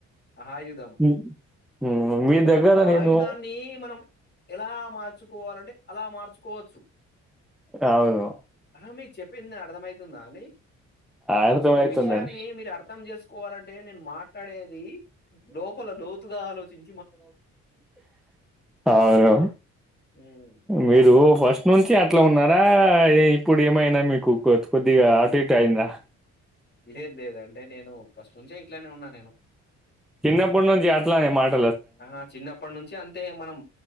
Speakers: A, on the left (about 35°); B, in the centre.
A: ఆహాయుధం
B: హ్మ్. హ్మ్. మీ
A: ఒక
B: దగ్గర నేను
A: ఆయుధాన్ని మనం ఎలా మార్చుకోవాలంటే అలా మార్చుకోవచ్చు
B: అవును.
A: అహ మి చెప్పింది అరధమయితుందా అండి
B: అర్థమవుతుందండి.
A: ఒక విషయాన్ని మీరు అర్థం చేసుకోవాలంటే నేను మాట్లాడేది లోపల లోతుగా ఆలోచిం
B: అవును
A: ఉమ్,
B: మీరు ఫస్ట్ నుంచి అట్ల ఉన్నార ఆ ఏ ఇప్పుడు ఏమైనా మీకు కొత్ కొద్దిగా ఆట్ ఇట్ టైందా
A: లేదు లేదు అండే నేను ఫస్ట్ నుంచే ఇట్లనే ఉన్నా నేను <unintelligible>
B: చిన్నప్పుడు నుంచి అట్లానే మాట్
A: ఆహా చిన్నప్పటి నుంచి అన్ అయితే మనం